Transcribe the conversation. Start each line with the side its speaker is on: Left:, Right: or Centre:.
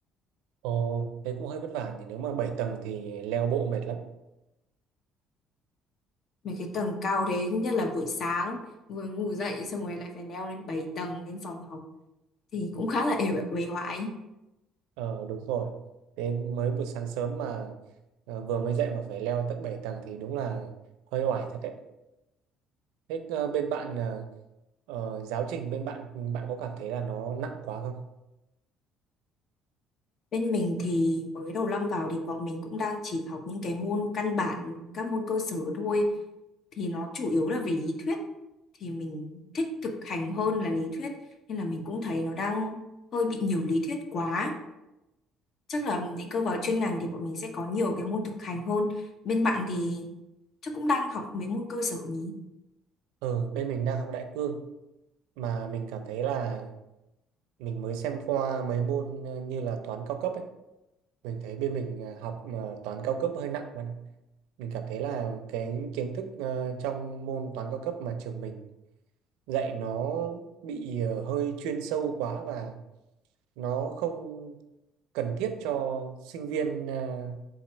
Right: ồ thế cũng hơi vất vả nhỉ nếu mà 7 tầng thì leo bộ mệt lắm
Left: Mấy cái tầng cao thế nhất là buổi sáng vừa ngủ dậy xong rồi lại phải leo lên 7 tầng lên phòng học thì cũng khá là ề uể oải.
Right: Ờ đúng rồi Đến mới buổi sáng sớm mà ờ, vừa mới dậy mà phải leo tận 7 tầng thì đúng là hơi oải thật đấy Thế ờ, bên bạn ờ, ờ, giáo trình bên bạn bạn có cảm thấy là nó nặng quá không?
Left: Bên mình thì mới đầu năm vào thì bọn mình cũng đang chỉ học những cái môn căn bản, các môn cơ sở thôi. Thì nó chủ yếu là về lý thuyết. Thì mình thích thực hành hơn là lý thuyết. Nên là mình cũng thấy nó đang hơi bị nhiều lý thuyết quá. Chắc là định cơ vào chuyên ngành thì bọn mình sẽ có nhiều cái môn thực hành hơn. Bên bạn thì chắc cũng đang học mấy môn cơ sở nhỉ?
Right: Ờ bên mình đang học đại cương mà mình cảm thấy là mình mới xem qua mấy môn ờ, như là toán cao cấp ấy Mình thấy bên mình ờ, học ờ, toán cao cấp hơi nặng bạn ạ Mình cảm thấy là cái kiến thức ờ, trong môn toán cao cấp mà trường mình dạy nó bị ờ, hơi chuyên sâu quá và nó không cần thiết cho sinh viên à,